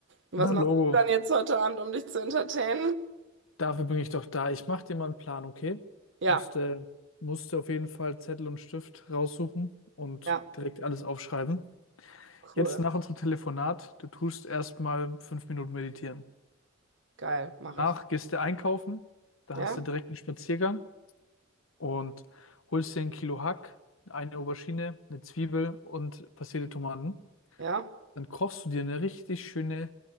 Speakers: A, on the right; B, on the left.
A: Und was
B: na
A: machst
B: Logo.
A: du dann jetzt heute Abend, um dich zu entertainen?
B: Dafür bin ich doch da. Ich mache dir mal einen Plan, okay?
A: Ja,
B: Musste, musste auf jeden Fall Zettel und Stift raussuchen und
A: ja,
B: direkt alles aufschreiben.
A: cool,
B: Jetzt nach unserem Telefonat, du tust erstmal fünf Minuten meditieren.
A: geil, mache
B: Danach
A: ich.
B: gehst du einkaufen, da
A: Ja,
B: hast du direkt einen Spaziergang und holst dir ein Kilo Hack, eine Aubergine, eine Zwiebel und passierte Tomaten.
A: ja,
B: Dann kochst du dir eine richtig schöne